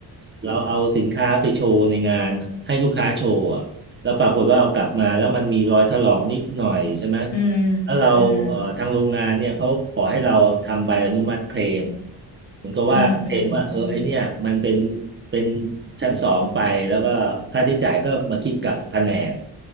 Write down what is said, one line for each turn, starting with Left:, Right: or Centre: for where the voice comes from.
Right: เราเอาสินค้าไปโชว์ในงานให้ลูกค้าโชว์อะแล้วปรากฏว่าเอากลับมาแล้วมันมีรอยถลอกนิดหน่อยใช่ไหม
Left: อืม
Right: ถ้าเราเอ่อทางโรงงานเนี่ยเขาขอให้เราทำใบอนุมัติเคลม
Left: อืม
Right: เหมือนกับว่าเคลมว่าเออไอเนี่ยมันเป็น
Left: อืมอืมอืม
Right: เป็นชั้นสองไปแล้วก็ค่าใช้จ่ายก็มาคิดกับแผนก